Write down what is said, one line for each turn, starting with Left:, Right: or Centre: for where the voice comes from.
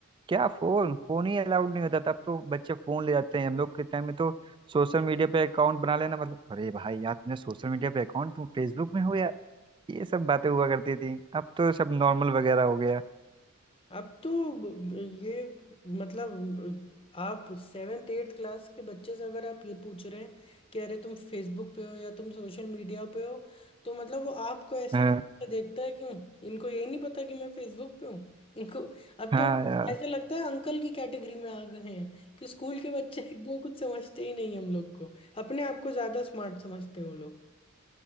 Right: क्या फोन फोन ही अलाउड नहीं होता था अब तो बच्चे फोन ले जाते हैं हम लोग के टाइम में तो सोशल मीडिया पे अकाउंट बना लेना मतलब अरे भाई यार तुमने सोशल मीडिया पे अकाउंट तुम फेसबुक में हो यार ये सब बातें हुआ करती थी अब तो सब नॉर्मल वगैरह हो गया
Left: अब तो ब- ब- ये मतलब ब- आप सेवेंथ एट्थ क्लास के बच्चे से अगर आप ये पूछ रहे हैं कि अरे तुम फेसबुक पे हो या तुम सोशल मीडिया पे हो तो मतलब वो आपको ऐसे
Right: हाँ
Left: नहीं देखता है क्यों इनको यही नहीं पता कि मैं फेसबुक पे हूँ इनको अब
Right: हाँ
Left: तो
Right: यार
Left: ऐसे लगता है अंकल की कैटेगरी में आ गए हैं कि स्कूल के बच्चे एकदम कुछ समझते ही नहीं हम लोग को अपने आप को ज्यादा स्मार्ट समझते हैं वो लोग